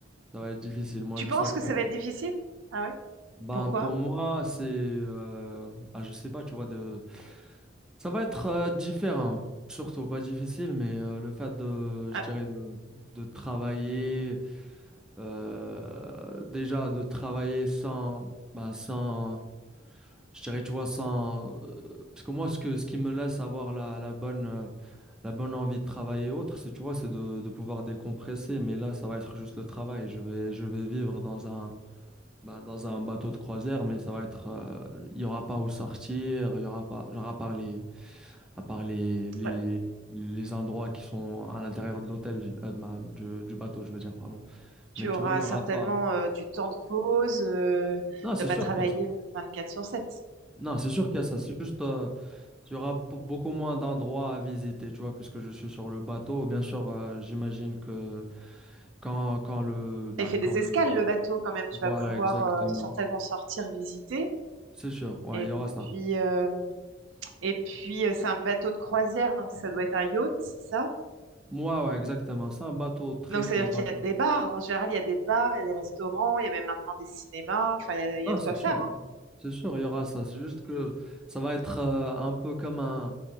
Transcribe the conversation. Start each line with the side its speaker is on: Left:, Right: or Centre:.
Centre: Ça va être difficile. Moi,
Right: Tu
Centre: je
Right: penses
Centre: sens
Right: que ça
Centre: que,
Right: va être difficile? Ah ouais?
Centre: ben,
Right: Pourquoi?
Centre: pour moi, c'est, euh, ah, je sais pas, tu vois, de, ça va être euh, différent. Surtout pas difficile, mais euh, le fait de, je
Right: Ah,
Centre: dirais, de, de travailler. euh, déjà de travailler sans, bah, sans, je dirais, tu vois, sans, euh, parce que moi, ce que, ce qui me laisse avoir la, la bonne, euh, la bonne envie de travailler et autres, c'est, tu vois, c'est de, de pouvoir décompresser, mais là, ça va être juste le travail. Je vais, je vais vivre dans un, bah, dans un bateau de croisière, mais ça va être, euh, il y aura pas où sortir, il y aura pas, genre, à part les, à part les, les,
Right: bah,
Centre: les endroits qui sont à l'intérieur de l'hôtel, euh, bah, du, du bateau, je veux dire, pardon.
Right: tu
Centre: Mais
Right: auras
Centre: tu vois, il y aura
Right: certainement
Centre: pas.
Right: euh, du temps de pause. euh, Tu
Centre: Non, c'est
Right: vas pas
Centre: sûr
Right: travailler
Centre: qu'il y a ça.
Right: 24 sur 7.
Centre: Non, c'est sûr qu'il y a ça. C'est juste, euh, il y aura p- beaucoup moins d'endroits à visiter, tu vois, puisque je suis sur le bateau. Bien sûr, euh, j'imagine que quand, quand le, bah,
Right: Il fait
Centre: quand
Right: des
Centre: le,
Right: escales, le bateau, quand même. Tu
Centre: voilà,
Right: vas pouvoir
Centre: exactement.
Right: euh, certainement sortir, visiter.
Centre: C'est sûr, ouais,
Right: Et
Centre: il y aura ça.
Right: puis, euh, et puis euh, c'est un bateau de croisière, donc ça doit être un yacht, c'est ça?
Centre: Moi, ouais, exactement. C'est un bateau très,
Right: Donc,
Centre: très
Right: c'est-à-dire
Centre: grand.
Right: qu'il y a des bars. En général, il y a des bars, il y a des restaurants, il y a même maintenant des cinémas. Enfin, il y a,
Centre: Non,
Right: il y a de
Centre: c'est
Right: quoi
Centre: sûr.
Right: faire, hein.
Centre: C'est sûr, il y aura ça. C'est juste que ça va être euh, un peu comme un.